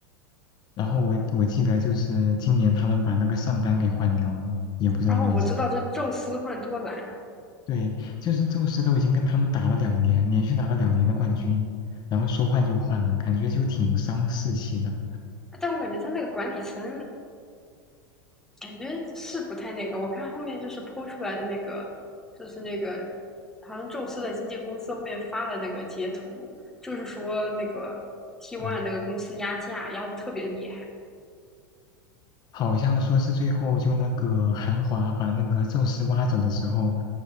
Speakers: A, on the left; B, in the centre.
A: 然后我我记得就是今年他们把那个上单给换掉了，也不知道为啥。
B: 然后我知道这宙斯换多兰，
A: 对，就是宙斯都已经跟他们打了两年，连续拿了两年的冠军，然后说换就换了，感觉就挺伤士气的
B: 但我感觉他那个管理层感觉是不太那个。我看后面就是剖出来的那个，就是那个好像宙斯的经纪公司后面发了那个截图，就是说那个 T One
A: 啊。
B: 那个公司压价压的特别厉害，
A: 好像说是最后就那个韩华把那个宙斯挖走的时候，